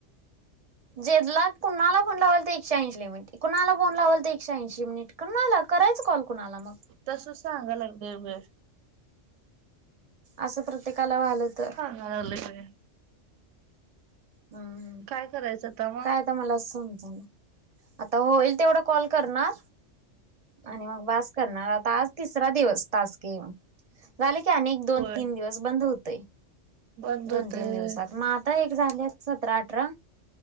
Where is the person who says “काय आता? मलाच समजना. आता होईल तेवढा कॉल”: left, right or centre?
Right